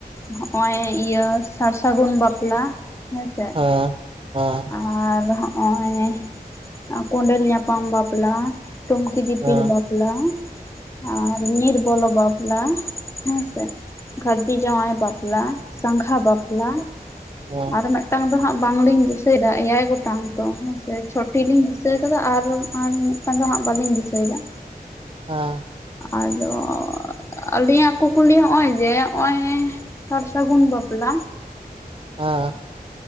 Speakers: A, on the left (about 15°); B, on the right (about 35°).
A: ᱦᱚᱜ ᱚᱭ ᱤᱭᱟᱹ ᱥᱟᱨ ᱥᱟᱹᱜᱩᱱ ᱵᱟᱯᱞᱟ ᱦᱮᱸᱥᱮ
B: ᱦᱮ ᱦᱮᱸ
A: ᱟᱨ ᱦᱚᱜ ᱚᱭ ᱠᱚᱸᱰᱮᱞ ᱧᱟᱯᱟᱢ ᱵᱟᱯᱞᱟ᱾ ᱴᱩᱝᱠᱤ ᱫᱤᱯᱤᱞ
B: ᱦᱮᱸ ᱦᱮᱸ
A: ᱵᱟᱯᱞᱟ ᱟᱨ ᱱᱤᱨᱵᱚᱞᱚ ᱵᱟᱯᱞᱟᱼᱼ ᱦᱮᱸ ᱥᱮ ᱜᱟᱨᱫᱤ ᱡᱟᱶᱟᱭ ᱵᱟᱯᱞᱟ ᱥᱟᱸᱜᱷᱟ ᱵᱟᱯᱞᱟ
B: ᱦᱮᱸ
A: ᱟᱨ ᱢᱤᱫᱴᱟᱝ ᱫᱚ ᱦᱟᱸᱜ ᱵᱟᱝᱞᱤᱧ ᱫᱤᱥᱟᱹᱭᱮᱫᱟ ᱮᱭᱟᱭ ᱜᱚᱴᱟᱝ ᱛᱚ ᱦᱮᱸ ᱪᱷᱚᱴᱤ ᱞᱤᱧ ᱫᱤᱥᱟᱹ ᱠᱟᱫᱟ ᱟᱨ ᱟᱨ ᱢᱤᱫᱴᱟᱝ ᱫᱚ ᱦᱟᱸᱜ ᱵᱟᱹᱞᱤᱧ ᱫᱤᱥᱟᱹᱭᱮᱫᱟ
B: ᱟ
A: ᱟᱫᱚ ᱟᱞᱤᱧᱟᱜ ᱠᱩᱠᱞᱤ ᱦᱚᱜ ᱚᱭ ᱡᱮ ᱱᱚᱜ ᱚᱚᱭ ᱥᱟᱨ ᱥᱟᱹᱜᱩᱱ ᱵᱟᱯᱞᱟ
B: ᱦᱟ